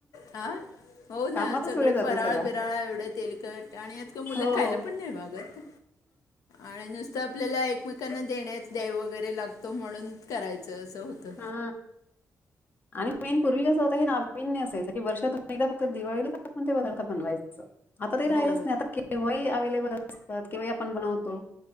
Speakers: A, on the left (about 85°); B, on the left (about 35°).
A: आंह हो ना
B: कामातच
A: सगळे
B: वेळ जातो
A: फराळ
B: सगळा.
A: बिराळा एवढं तेल कट आणि आज काल मुलं
B: हो.
A: खायला पण नाही मागत आणि नुसतं आपल्याला एकमेकांना देण्या द्याय वगैरे लागतो म्हणून करायचं असं होतं
B: हा आणि मेन पूर्वी कस होत ना नावीन्य असायचं की वर्षातून एकदा फक्त दिवाळीला आपणते पदार्थ बनवायचं आता ते राहिलंच
A: हो
B: नाही आता केव्हाही अवेलेबल असतात केव्हाही आपण बनवतो